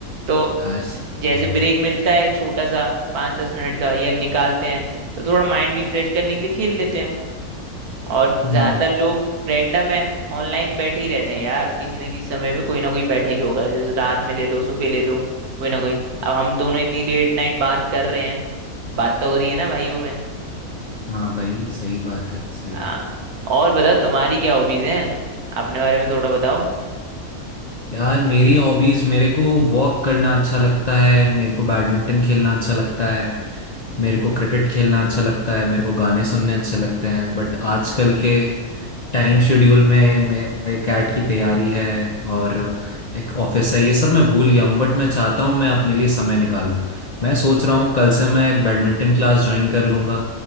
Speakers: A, on the right; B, on the left.
A: तो
B: यार सही
A: जैसे
B: है
A: ब्रेक मिलता है छोटा सा पाँच दस मिनट का या निकालते हैं तो थोड़ा माइंड रिफ्रेश करने के लिए खेल लेते हैं और
B: हम्म,
A: ज्यादातर लोग रैंडम है ऑनलाइन बैठे ही रहते हैं यार किसी ना किसी समय पे कोई ना कोई बैठा ही होगा जैसे रात में ले लो सुबह ले लो कोई ना कोई अब हम दोनों इतनी लेट नाइट बात कर रहे हैं बात तो हो रही है ना भाइयों में
B: हाँ भाई सही बात है सही
A: हाँ और बताओ तुम्हारी क्या हॉबीज हैं अपने बारे में थोड़ा बताओ
B: यार मेरी हॉबीज मेरे को वॉक करना अच्छा लगता है मेरे को बैडमिंटन खेलना अच्छा लगता है मेरे को क्रिकेट खेलना अच्छा लगता है मेरे को गाने सुनने अच्छे लगते हैं बट आजकल के टाइम शेड्यूल में मेरे कैट की तैयारी है और एक ऑफिस है ये सब मैं भूल गया हूँ बट मैं चाहता हूँ मैं अपने लिए समय निकालूं मैं सोच रहा हूँ कल से मैं एक बैडमिंटन क्लास ज्वाइन कर लूंगा